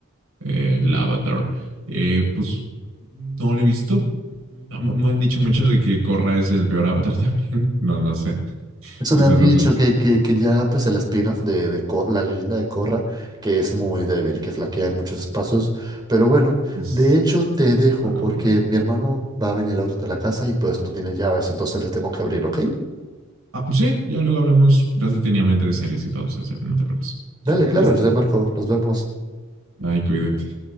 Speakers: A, on the right; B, on the right.
A: Eh, el Avatar. Eh, pues no la he visto. No, me me han dicho mucho de que Korra es el peor Avatar también. <laughs> No, no sé.
B: Eso
A: Eso
B: me han dicho
A: no sé.
B: que, que, que ya pues el spin-off de, de Cor- la leyenda de Korra, que es muy débil, que flaquea en muchos espacios. Pero bueno,
A: Es
B: de hecho te dejo
A: peor
B: porque
A: Avatar.
B: mi hermano va a venir ahorita a la casa y pues no tiene llaves, entonces le tengo que abrir, ¿ok?
A: Ah, sí, ya luego hablamos más detenidamente de series y todo eso. o sea, No te preocupes.
B: Dale,
A: Ya,
B: claro,
A: listo.
B: yo te marco, nos vemos.
A: Bye, cuídate.